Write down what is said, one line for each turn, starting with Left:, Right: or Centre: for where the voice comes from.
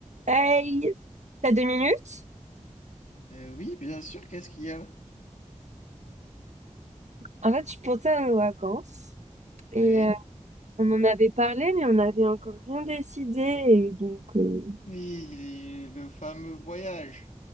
Right: Hey, t'as deux minutes?
Left: Euh, oui, bien sûr, qu'est-ce qu'il y a?
Right: En fait, je pensais à nos vacances
Left: Ouais.
Right: et euh, on en avait parlé, mais on n'avait encore rien décidé. Et donc, euh,
Left: Oui, le fameux voyage.